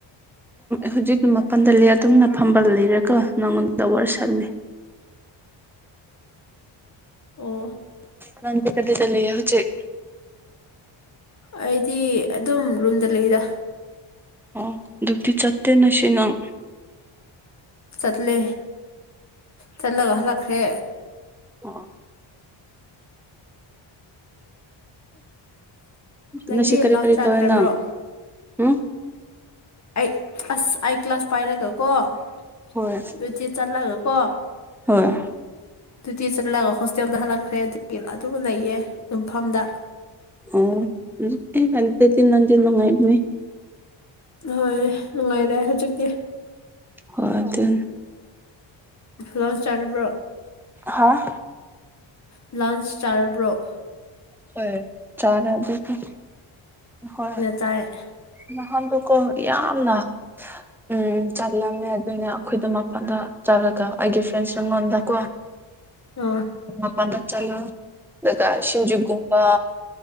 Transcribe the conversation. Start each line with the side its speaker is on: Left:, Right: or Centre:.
Centre: ꯍꯧꯖꯤꯛ ꯃꯄꯜꯗ ꯂꯩ ꯑꯗꯨꯝꯅ ꯐꯝꯕꯜ ꯂꯩꯔꯒꯣ ꯅꯪꯉꯣꯟꯗ ꯋꯥꯔꯤꯔ ꯁꯠꯃꯤ
Left: ꯑꯣ
Centre: ꯅꯗꯤ ꯀꯗꯤ ꯆꯂꯦ ꯍꯧꯖꯤꯛ
Left: ꯑꯩꯗꯤ ꯑꯗꯨꯝ ꯔꯨꯝꯗ ꯂꯩꯗ
Centre: ꯑꯣ ꯑꯗꯨꯛꯇꯤ ꯆꯠꯇꯦ ꯅꯁꯤ ꯅꯪ
Left: ꯆꯠꯂꯦ ꯆꯠꯂꯒ ꯍꯜꯂꯛꯈ꯭ꯔꯦ
Centre: ꯑꯣ
Left: ꯅꯪꯗꯤ
Centre: ꯉꯁꯤ ꯀꯔꯤ
Left: ꯂꯥꯡ
Centre: ꯀꯔꯤ
Left: ꯆꯥꯛꯈ꯭ꯔꯕ꯭ꯔꯣ
Centre: ꯇꯧꯋꯦ ꯅꯪ ꯎꯝ
Left: ꯑꯩ ꯑꯁ ꯑꯩ ꯀ꯭ꯂꯥꯁ ꯄꯥꯏꯔꯒꯀꯣ ꯑꯗꯨꯆꯤ
Centre: ꯍꯣꯏ
Left: ꯆꯠꯂꯒꯀꯣ
Centre: ꯍꯣꯏ
Left: ꯗꯗꯨꯇꯤ ꯆꯠꯂꯒ ꯍꯣꯁꯇꯦꯜꯗ ꯍꯜꯂꯛꯈ꯭ꯔꯦ ꯑꯗꯨꯒꯤ ꯑꯗꯨꯝ ꯂꯩꯌꯦ ꯌꯨꯝꯐꯝꯗ
Centre: ꯑꯣ ꯀ ꯆꯤꯟꯅ ꯆꯤꯟꯅꯉꯥꯏꯅꯤ
Left: ꯍꯣꯏ ꯅꯨꯡꯉꯥꯏꯔꯦ ꯍꯧꯖꯤꯛꯇꯤ
Centre: ꯍ ꯑꯗꯨ
Left: ꯂꯣꯟꯁ ꯆꯥꯔꯕ꯭ꯔꯣ
Centre: ꯍꯥꯥ
Left: ꯂꯥꯟꯁ ꯁ꯭ꯇꯥꯔ ꯕ꯭ꯔꯣ
Centre: ꯍ ꯆꯔ ꯑꯗꯨ ꯑꯗꯨ ꯍꯣꯏ
Left: ꯆꯥꯏꯦ
Centre: ꯅꯍꯥꯟꯗꯨꯀꯣ ꯌꯥꯝꯅ ꯎꯝ ꯆꯠꯂꯝꯃꯦ ꯑꯗꯨꯅꯦ ꯑꯩꯈꯣꯏꯗ ꯃꯄꯥꯟꯗ ꯆꯠꯂꯒ ꯑꯩꯒꯤ ꯐ꯭ꯔꯦꯟꯁ ꯑꯩꯉꯣꯟꯗꯀꯣ
Left: <inaudible> ꯑꯥ
Centre: ꯑꯣ ꯄꯥꯟꯗ ꯆꯂ ꯑꯗꯨꯒ ꯁꯤꯟꯖꯨꯒꯒꯥ